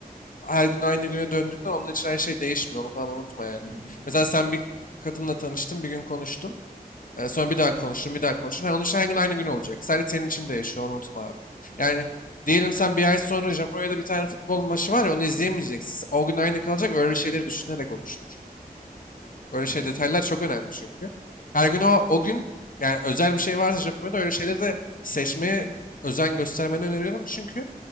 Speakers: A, on the left; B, on the left.
A: her gün aynı güne döndükler onun için her şey değişmiyor onu falan unutma yani.
B: hı, hı,
A: Mesela sen bir kadınla tanıştın bir gün konuştun e, sonra bir daha konuştun bir daha konuştun Ha, onun için her gün aynı gün olacak sadece senin için değişiyor onu unutma abi.
B: hı.
A: Yani diyelim sen bir ay sonra Japonya'da bir tane futbol maçı var ya onu izleyemeyeceksin o gün aynı kalacak öyle şeyleri düşünerek oluştur. Böyle
B: Tamam.
A: şey detaylar çok önemli çünkü. Her gün o, o gün yani özel bir şey varsa Japonya'da öyle şeyleri de seçmeye özen göstermeni öneriyorum. Çünkü